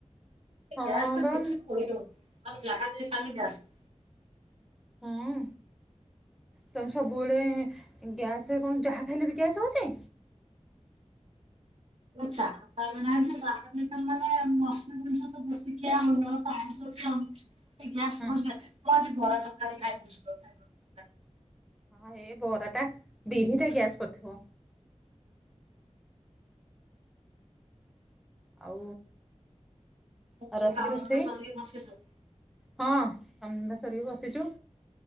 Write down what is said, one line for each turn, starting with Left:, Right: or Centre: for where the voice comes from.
Centre: ହଁ
Right: ଗ୍ୟାସ ଟା
Centre: ବା
Right: କିଛି ଖୋଇଦେଉନି। ଜାହା ଟିକେ ଖାଇଲି ଗ୍ୟାସ
Centre: ହୁଁ ତମେ ସବୁବେଳେ ଗ୍ୟାସ କଣ ଯାହା ଖାଇଲେ ବି ଗ୍ୟାସ୍ ହଉଛି।
Right: ଚା ନାହି ମାନେ ମସଲା ଜିନିଷ ତ ବେଶୀ ଖିଆ ହଉନି ତ ମୁଁ ଆଇଁଷ ଖାଉନି ଟି ଗ୍ୟାସ
Centre: ହଁ
Right: ହଉଛି କାଇଁ ମୁଁ ଆଜି ବରା ତରକାରୀ ଖାଇଛି।
Centre: ହେ ବରା ଟା ବିରି ଟା ଗ୍ୟାସ କରୁଥିବ ଆଉ ଆଉ
Right: ସବୁ
Centre: ରାତିକି
Right: କାମଧନ୍ଦା
Centre: ରୋଷେଇ
Right: ସରି କି ବସି ଛି
Centre: ହଁ କାମଧନ୍ଦା ସାରିକି ବସିଛୁ